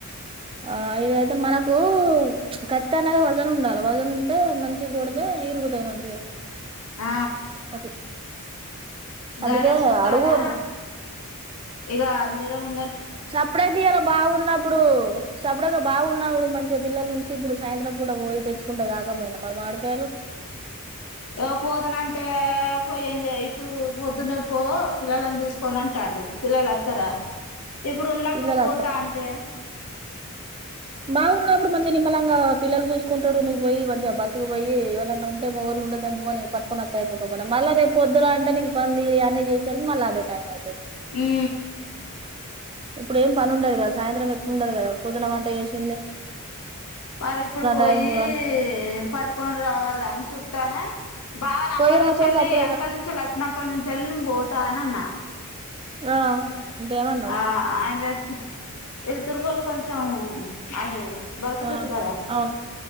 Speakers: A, on the right; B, on the left.
A: ఆ ఇదైతే మనకూ ప్చ్ కత్తి అనేది వజన్ ఉండాల. వజన్ ఉంటే మంచిగ కొడితే, ఇరుగుతయి మంచిగా.
B: ఆ
A: అట్లా
B: గదే
A: అందుకే
B: సూత్తానా
A: అడుగు
B: ఇగ మీరేమో
A: సప్పుడే తియ్యాల బాగున్నప్పుడు సపుడగా బావున్నప్పుడు మంచిగా పిల్లల నుంచి ఇప్పుడు సాయంత్రం పూట పోయి తెచ్చుకుంటే కాకపోయింద మరి మాడికాయలు.
B: ఓ పోతనంటే పొయి ఏం చేయ ఇప్పుడు పొద్దున్నే పో పిల్లలని తీసుకోని అంటాండు. పిల్లలు అత్తర? ఇప్పుడు ఉన్నప్పుడు
A: పిల్లలు
B: పోతా అంటే
A: బావున్నప్పుడు మంచిగ నిమ్మలంగా పిల్లలు చూసుకుంటడు, నువ్వు పొయి మంచిగ బస్సుకు పొయి ఎవలన్న ఉంటే మొగోళ్ళు ఉంటే తెంపుకొని పట్టుకొని అత్తే అయిపోక పోవునా. మళ్ళ రేపు పొద్దున అంటే నీకు పని తీరి అన్నీ చేసేసరికి మళ్ళ అదే టైం అయితది
B: హ్మూ
A: ఇప్పుడు ఏం పని ఉండదు కదా సాయంత్రం ఎ ఉండదు కదా పొద్దున వంట చేసి
B: మరీ ఇప్పుడు పొయ్యీ
A: టైం చూడాలి
B: పట్టుకొని రావాల అని చూ తానా బావని అప్పటినుంచెళ్ళి,
A: పోయిరా పో సప్పుడేక
B: అక్కడినుంచెళ్ళి అచ్చినప్పటి నుంచెళ్ళి, నేను పోతా అని అన్నా.
A: ఆ అంటే ఏమన్నాడు
B: ఆ ఆయిందె ఈ తుర్కోలు కొంచెం అది బక్రీతు
A: ఆ
B: కదా
A: అవును